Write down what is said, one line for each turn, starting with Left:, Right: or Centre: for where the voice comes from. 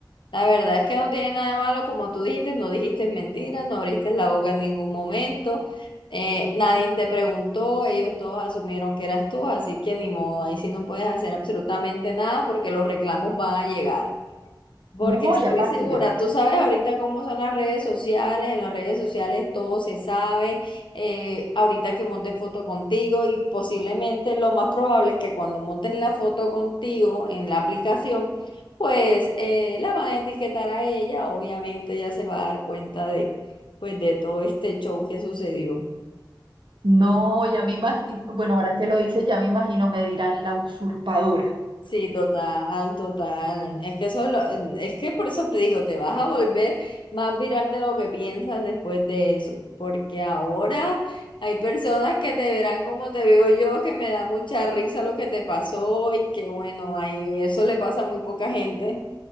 Left: La verdad es que no tiene nada de malo, como tú dijiste, no dijiste mentiras, no abriste la boca en ningún momento, eh, nadie te preguntó, ellos todos asumieron que eras tú, así que ni modo, ahí sí no puedes hacer absolutamente nada porque los reclamos van a llegar. Porque
Right: No,
Left: estoy
Right: y aparte
Left: segura,
Right: yo
Left: tú sabes ahorita cómo son las redes sociales, en las redes sociales todo se sabe, eh, ahorita que monte foto contigo y posiblemente lo más probable es que cuando monten la foto contigo en la aplicación, pues eh, la van a etiquetar a ella, obviamente ella se va a dar cuenta de, pues, de todo este show que sucedió.
Right: No, ya me imagino, bueno, ahora que lo dices, ya me imagino, me dirán la usurpadora.
Left: Sí, total, total. Es que eso es, lo- es que por eso te digo, te vas a volver más viral de lo que piensas después de eso, porque ahora hay personas que te verán como te veo yo, que me da mucha risa lo que te pasó y que bueno, ahí eso le pasa a muy poca gente.